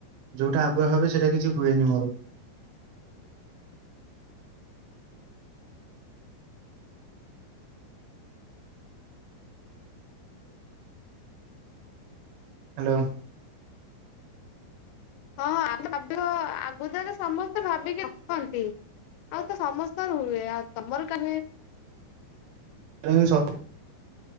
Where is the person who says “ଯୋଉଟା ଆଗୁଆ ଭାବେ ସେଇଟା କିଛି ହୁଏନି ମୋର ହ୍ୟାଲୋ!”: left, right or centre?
Right